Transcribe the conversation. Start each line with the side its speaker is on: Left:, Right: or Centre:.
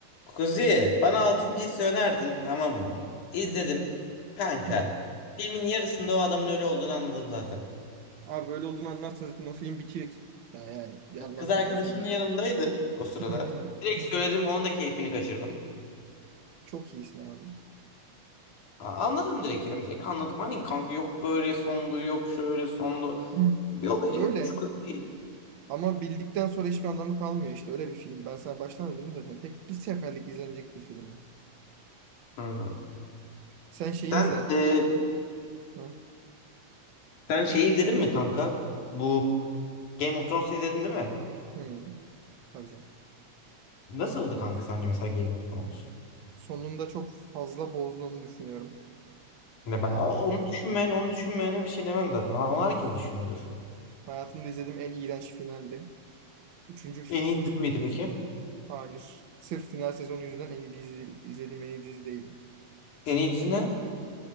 Left: Kuzi, bana 6. hissi önerdin, tamam mı? İzledim.
Right: Hı.
Left: Kanka,
Right: Hı.
Left: filmin yarısında o adamın ölü olduğunu anladım zaten.
Right: Abi böyle olduğunu anlarsınız zaten o film bitiyor ki. Ya yani bir anlamı
Left: Kız arkadaşım
Right: yok o filmin.
Left: da yanımdaydı o sırada.
Right: Hı hı.
Left: Direkt
Right: Hı
Left: söyledim,
Right: hı.
Left: onun da keyfini kaçırdım.
Right: Çok iyisin abi.
Left: A- Anladım direkt yani, direkt anladım. Hani kanka yok böyle sondu, yok şöyle sondu.
Right: Hı.
Left: Bir olayı
Right: Öyle.
Left: yokmuş Kuzi.
Right: Ama bildikten sonra hiçbir anlamı kalmıyor işte. Öyle bir film. Ben sana baştan da dedim zaten. Tek bir seferlik izlenecek bir film. bu.
Left: Hı.
Right: Sen şeyi
Left: Sen,
Right: izle.
Left: e,
Right: Hı.
Left: sen şeyi izledin mi kanka? Bu Game of Thrones'u izledin değil mi?
Right: Hı. Tabii canım.
Left: Nasıldı kanka sence mesela Game of Thrones?
Right: Sonunda çok fazla bozduğunu düşünüyorum.
Left: Ne
Right: Yani
Left: ben onu düşünmeyen onu düşünmeyene bir şey demem zaten. Onu herkes düşünüyordur.
Right: hayatımda izlediğim en iğrenç finaldi. Üçüncü fi-
Left: En iyi dizi miydi peki?
Right: Hayır. Sırf final sezonu yüzünden en iyi dizi, izlediğim en iyi dizi değildi.
Left: En iyi dizi ne?